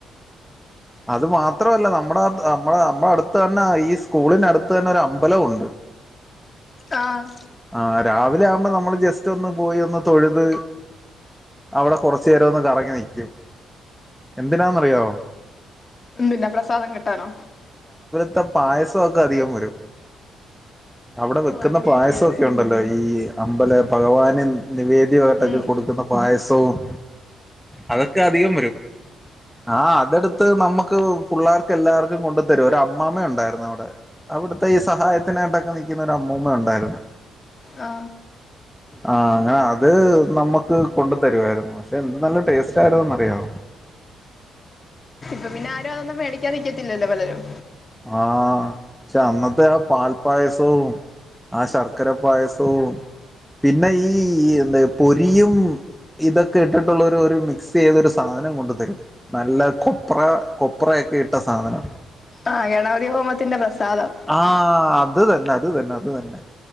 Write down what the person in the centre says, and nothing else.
അത് മാത്ര അല്ല നമ്മുടെ അയ്ത്ത് നമ്മടെ നമ്മുടെ അടുത്ത് തന്നെ ഈ സ്കൂളിന്റെ അടുത്ത് തന്നെ ഒരു അമ്പലം ഉണ്ട്.
ആ രാവിലെ ആവുമ്പൊ നമ്മള് ജസ്റ്റ് ഒന്ന് പോയി തൊഴുത് അവടെ കൊറച്ച് നേരവൊന്ന് കറങ്ങി നിക്ക്യും. എന്തിനാന്നറിയാവോ
ത്ത പായസൊക്കെ അധികം വരും അവിടെ
വെക്കുന്ന
പായസം
ഒക്കെ ഉണ്ടല്ലോ ഈ അമ്പല ഭഗവാന് നിവേദ്യമായിട്ടൊക്കെ
കൊടുക്കുന്ന പായസം. സവും അതൊക്കെ അധികം വരും ആ അതെടുത്ത് നമുക്ക് പുള്ളേർക്ക് എല്ലാവർക്കും കൊണ്ട തരും. ഒരു അമ്മാമ ഉണ്ടായിരുന്നു അവിടെ അവിടുത്തെ ഈ സഹായത്തിനായിട്ടൊക്കെ നി ക്കുന്ന അമ്മൂമ്മ ഉണ്ടായിരുന്നു.
ആ അങ്ങനെ അത് നമ്മക്ക് കൊണ്ടു തരുവായിരുന്നു പക്ഷെ എന്ത് നല്ല ടേസ്റ്റ് ആയിരുന്നെന്നറിയവോ?
ആഹ് ക്ഷെ അന്നത്തെ ആ പാൽപ്പായസവും ആ ശർ ക്കരപ്പായസവും പിന്നെ ഈ എന്താ പൊരിയും ഇതൊക്കെ ഇട്ടിട്ടുള്ളഒരു ഒര് മിക്സ് ചെയ്തൊരു സാധനം കൊണ്ട് തരും നല്ല കൊപ്ര കൊപ്രയൊക്കെ ഇട്ട സാധനം.
ആഹ് അത് തന്നെ അത് തന്നെ അത് തന്നെ